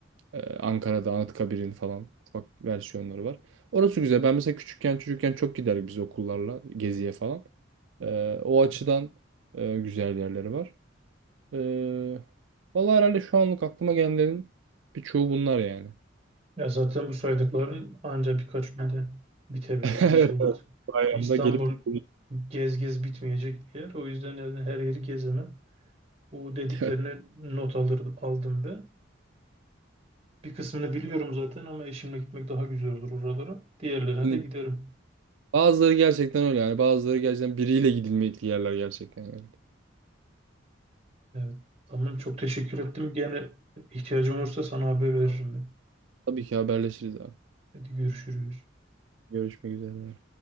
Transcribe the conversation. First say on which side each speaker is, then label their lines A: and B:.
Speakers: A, on the right; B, on the right.
A: e, Ankara'da Anıtkabir'in falan ufak versiyonları var. Orası güzel. Ben mesela küçükken çocukken çok giderdik biz okullarla geziye falan. Ee, o açıdan e, güzel yerleri var. Ee, vallahi herhalde şu anlık aklıma gelenlerin birçoğu bunlar yani.
B: Ya zaten bu saydıkların ancak birkaç günde bitebilecek
A: <laughs>
B: şeyler.
A: Evet, evet. Bayramda
B: İstanbul
A: gelip <laughs>
B: gez gez bitmeyecek bir yer. O yüzden yani her yeri gezemem. Bu dediklerine
A: Evet.
B: not alır, aldım ben. Bir kısmını biliyorum zaten ama eşimle gitmek daha güzel olur oralara. Diğerlerine
A: şimdi
B: de giderim.
A: Bazıları gerçekten öyle yani. Bazıları gerçekten biriyle gidilmekli yerler gerçekten yani.
B: Evet. Tamam çok teşekkür ettim. Gene ihtiyacım olursa sana haber veririm ben.
A: Tabii ki haberleşiriz abi.
B: Hadi görüşürüz.
A: Görüşmek üzere.